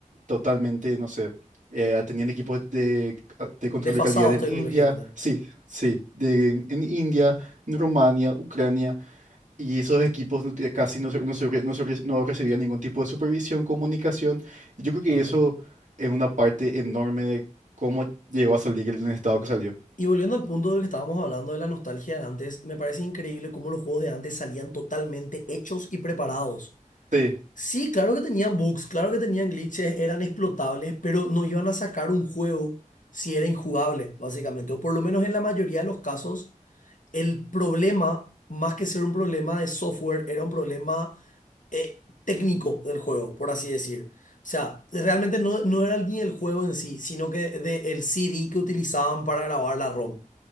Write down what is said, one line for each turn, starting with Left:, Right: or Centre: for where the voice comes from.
Right: totalmente, no sé, eh, tenían equipos de, de control
Left: Desfasados
Right: de calidad en
Left: tecnológicamente.
Right: India, sí, sí, de- en, en India, en Rumania, Ucrania, y esos equipos no te- casi no, se- no, se re- no se re- no recibían ningún tipo de supervisión, comunicación. Yo creo que
Left: Claro.
Right: eso es una parte enorme de cómo llegó a salir el estado que salió.
Left: Y volviendo al punto del que estábamos hablando de la nostalgia de antes, me parece increíble cómo los juegos de antes salían totalmente hechos y preparados.
Right: Sí,
Left: Sí, claro que tenían bugs, claro que tenían glitches, eran explotables, pero no iban a sacar un juego si era injugable, básicamente. O por lo menos en la mayoría de los casos, el problema, más que ser un problema de software, era un problema eh, técnico del juego, por así decir. O sea, realmente no, no era ni el juego en sí, sino que de, el CD que utilizaban para grabar la ROM. O